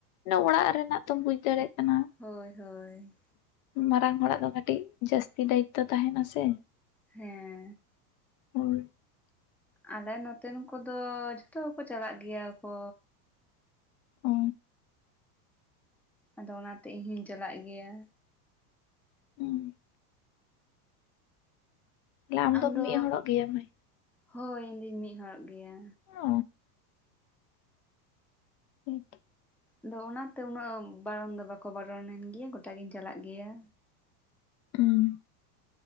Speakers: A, on the left (about 60°); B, in the centre.
A: ᱚᱲᱟᱜ ᱨᱮᱱᱟᱜ ᱛᱚᱢ ᱵᱩᱡᱽ ᱫᱟᱲᱮᱜ ᱠᱟᱱᱟ᱾
B: ᱦᱳᱭ ᱦᱳᱭ᱾
A: ᱢᱟᱨᱟᱝ ᱦᱚᱲᱟᱜ ᱫᱚ ᱠᱟᱹᱴᱤᱡ ᱡᱟᱹᱥᱛᱤ ᱫᱟᱭᱤᱛᱛᱚ ᱛᱟᱦᱮᱸᱱᱟ ᱥᱮ᱾
B: ᱦᱮᱸ᱾
A: ᱦᱳᱭ᱾
B: ᱟᱞᱮ ᱱᱚᱛᱮᱱ ᱠᱚ ᱫᱚ ᱡᱷᱚᱛᱚ ᱜᱮᱠᱚ ᱪᱟᱞᱟᱜ ᱜᱮᱭᱟ ᱠᱚ᱾
A: ᱚ
B: ᱟᱫᱚ ᱚᱱᱟᱛᱮ ᱤᱧ ᱦᱩᱧ ᱪᱟᱞᱟᱜ ᱜᱮᱭᱟ᱾
A: ᱦᱩᱸ᱾ ᱛᱟᱦᱚᱞᱮ ᱟᱢ
B: ᱟᱢᱫᱚ
A: ᱫᱚᱢ ᱢᱤᱫ ᱦᱚᱲᱚᱜ ᱜᱮᱭᱟ ᱢᱟᱹᱭ?
B: ᱦᱳᱭ ᱤᱧ ᱫᱩᱧ ᱢᱤᱫ ᱦᱚᱲᱚᱜ ᱜᱮᱭᱟ᱾
A: ᱚ ᱦᱮᱸ ᱛᱚ᱾
B: ᱟᱫᱚ ᱚᱱᱟᱛᱮ ᱩᱱᱟᱹᱜ ᱵᱟᱨᱚᱱ ᱫᱚ ᱵᱟᱠᱚ ᱵᱟᱨᱚᱱᱤᱧ ᱜᱮᱭᱟ ᱜᱚᱴᱟ ᱜᱤᱧ ᱪᱟᱞᱟᱜ ᱜᱮᱭᱟ᱾
A: ᱦᱩᱸ᱾